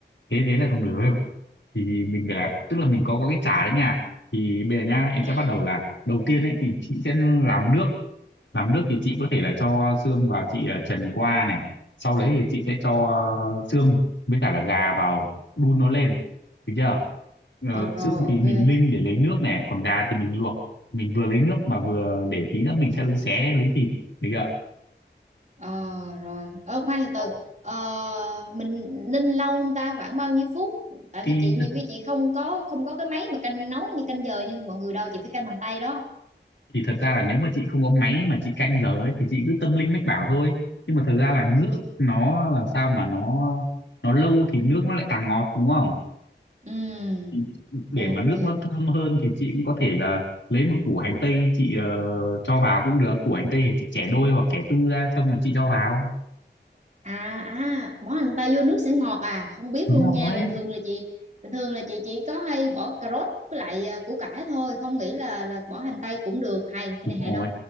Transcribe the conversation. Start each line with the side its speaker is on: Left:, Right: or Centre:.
Left: thế thế là không được thì mình phải là tức là mình có có cái chả đấy nha thì bây giờ nha em
Right: Ừm,
Left: sẽ bắt đầu là đầu tiên ấy thì chị sẽ làm nước làm nước thì chị có thể là cho xương vào chị ờ, trần qua này sau đấy thì chị sẽ cho ờ, xương với cả là gà vào đun nó lên được chưa Ờ,
Right: à rồi
Left: xương thì
Right: ok
Left: mình ninh để lấy nước này còn gà thì mình luộc mình vừa lấy nước mà vừa để tí nữa mình sẽ xé lấy thịt được chưa
Right: Ờ, rồi ờ khoan từ
Left: Ồ,
Right: từ Ờ, mình ninh lâu không ta khoảng bao nhiêu phút tại
Left: thì
Right: vì chị nhiều
Left: thật
Right: khi chị không có không có cái máy mà canh nấu như canh giờ nhưng mọi người đâu chị phải canh bằng tay đó
Left: thì thật ra là nếu mà chị không có máy mà chị canh giờ ấy thì chị cứ tâm linh mách bảo thôi nhưng mà thật ra là nước nó làm sao mà nó nó lâu thì nước nó lại càng ngọt đúng không
Right: Ừ.
Left: Thì để
Right: Ok.
Left: mà nước nó thơm hơn thì chị cũng có thể là lấy một củ hành tây chị ờ, cho vào cũng được củ hành tây thì chị chẻ đôi hoặc chẻ tư ra xong rồi chị cho vào
Right: À à, bỏ hành tây vô nước sẽ ngọt à? Không biết
Left: đúng
Right: luôn
Left: rồi
Right: nha. Bình thường là chị bình thường là chị chỉ có hay bỏ cà rốt với lại à, củ cải thôi, không nghĩ là là bỏ hành tây cũng được. Hay, cái
Left: đúng
Right: này hay
Left: rồi
Right: đó.